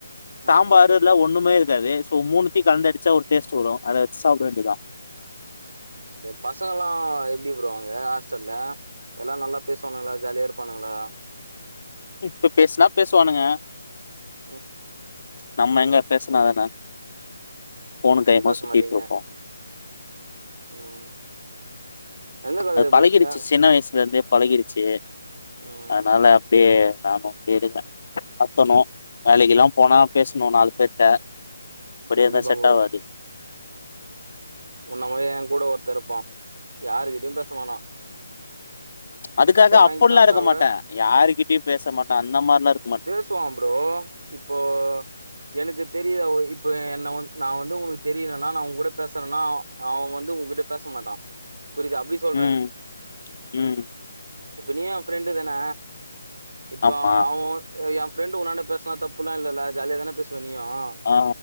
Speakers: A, on the right (about 65°); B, on the left (about 50°).
A: ம்
B: சாம்பார்ல்ல ஒண்ணுமே இருக்காது சோ மூணுத்தியும் கலந்து அடிச்சா ஒரு டேஸ்ட் வரும் அத வச்சு சாப்பிட வேண்டியதான்
A: பசங்கல்லாம் எப்டி ப்ரோ அங்க ஹாஸ்டல்ல எல்லா நல்லா பேசுவானுங்களா ஜாலியா இருப்பானுங்களா
B: இப்ப பேசுனா பேசுவானுங்க
A: ம்
B: நம்ம எங்க பேசுனாதான ஃபோனு
A: நீங்க
B: கையுமா
A: பேச
B: சுத்திட்டு
A: மாட்டீங்க
B: இருப்போம்
A: ம் எந்த காலேஜ்
B: அது பழகிடுச்சு
A: படி அ
B: சின்ன வயசுல இருந்தே பழகிருச்சு
A: ம்
B: அதனால அப்டியே நானு போயிருவேன் அத்தணு வேலைக்குலா போனா பேசுணு நாலு பேர் ட்ட அப்றோம்
A: கண்டிப்பா
B: எதுவும் செட்
A: ப்ரோ
B: ஆவது
A: உன்ன மாரியே ஏன் கூட ஒருத்தேன் இருப்பான் யாருக்கிட்டயும் பேசமாட்டான்
B: அதுக்காக
A: வாங்கி
B: அப்புலா
A: சாப்ட்டா
B: இருக்க
A: கூட
B: மாட்டன் யாருகிட்டயும் பேச மாட்ட அந்த மாரிலா இருக்
A: பேசுவாம் ப்ரோ இப்போ எனக்கு தெரியுதா இப்ப என்ன வ நான் வந்து உனக்கு தெரியலனா நான் உங்க கூட பேச சுறனா அவன் வந்து உங்கிட்ட பேச மாட்டான் புரியுதா அப்டி சொல்றன்
B: ம் ம்
A: இப்ப நீயும் என் ஃப்ரெண்டு தான இப்போ
B: ஆமா
A: அவன் என் ஃப்ரெண்டு் உன்னாட பேசனா தப்புல்லாம் இல்லல ஜாலியா தான பேசுவ நீயும்
B: ஆ